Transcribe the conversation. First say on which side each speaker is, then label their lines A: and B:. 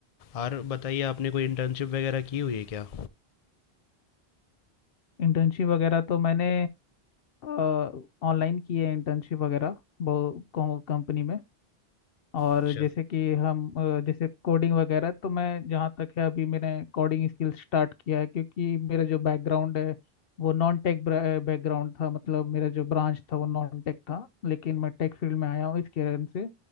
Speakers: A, on the left; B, on the left.
A: और बताइए आपने कोई इंटर्नशिप वगैरह की हुई है क्या
B: Internship वगैरह तो मैंने ऑनलाइन की है इंटर्नशिप वगैरह वो कंपनी में और
A: अच्छा
B: जैसे कि हम अ, जैसे कोडिंग वगैरह तो मैं जहाँ तक है अभी मैंने कोडिंग स्किल स्टार्ट किया है क्योंकि मेरा जो बैकग्राउंड है वो नॉन टेक बैकग्राउंड था मतलब मेरा जो ब्रांच था वो नॉन टेक था लेकिन मैं टेक फील्ड में आया हूँ इस कारण से